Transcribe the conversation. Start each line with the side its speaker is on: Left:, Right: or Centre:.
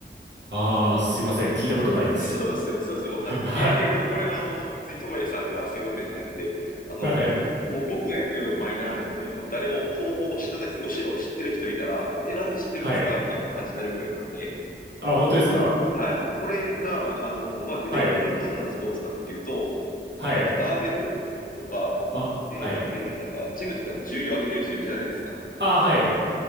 Right: ああ、すいません。聞いたことないです。
Left: そうですよね。そうですよね。わかんないです。
Right: <laughs> はい、
Left: いやいや、でもこれはあの、別にともやさんがすいませんじゃなくて、あの、
Right: はい、
Left: もう僕がやってるのがマイナーなんで、もう誰もほぼほぼ知らないです。むしろ知ってる人いたら、え、なんで知ってるんですかみたいな感じになるぐらいなんで、
Right: はい。あ、本当ですか
Left: はい。これが、あの、まあ、具体的にどんなスポーツかっていうと、
Right: はい、はい、
Left: なんかバーベルとかで、
Right: ば、はい。
Left: まあ、いわゆるなんか、ジムとかで重量上げてる人いるじゃないですか。
Right: あ、はい、